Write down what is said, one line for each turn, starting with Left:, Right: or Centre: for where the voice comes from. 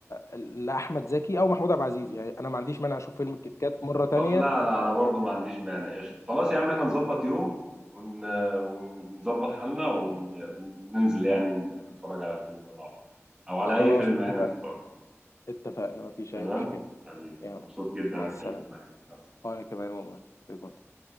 Left: آه، لاحمد زكي او محمود عبد العزيز يعني انا ما عنديش مانع اشوف فيلم الكيت كات مره تانية
Right: اه لا لا انا برضو ما عنديش مانع قشطة خلاص يا عم احنا نظبط يوم ون... ونظبط حالنا ون... وننزل يعني نتفرج على الفيلم ده مع بعض او على
Left: خلاص
Right: اي فيلم
Left: اتفقنا
Right: يعني نختار
Left: اتفقنا مفيش
Right: تمام
Left: اي مشكله
Right: حبيبي
Left: يلا
Right: مبسوط جدا
Left: مع
Right: انا
Left: السلامه
Right: اتكلمت معاك مع السلامة.
Left: وانا كمان والله باي باي.